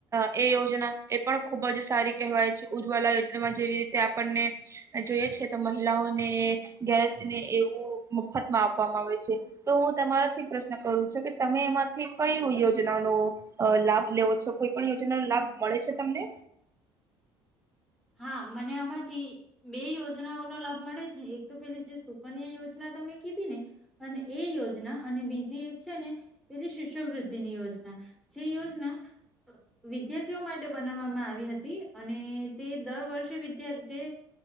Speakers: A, on the right; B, in the centre.
A: એ યોજના એ પણ ખુબ જ સારી કહેવાય છે. ઉજ્જવલા યોજનામાં જેવી રીતે આપણને જોઈ છે તો મહિલાઓને ગેસને એવું મફતમાં આપવામાં આવે છે. તો હું તમારાથી પ્રશ્ન કરું છું કે તમે એમાંથી કઈ યોજ યોજના નો લાભ લેવો છો કોઈ પણ યોજના નો લાભ મળે છે તમને?
B: હા, મને આમાંથી બે યોજનાઓનો લાભ મળે છે. એક તો પેલી જે સુકન્યા યોજના તમે કીધી ને અને એ યોજના અને બીજી એક છે ને પેલી શિષ્યવૃદ્ધિની યોજના. જે યોજના વિદ્યાર્થીઓ માટે બનાવવામાં આવી હતી અને તે દર વર્ષે વીધ્યા જે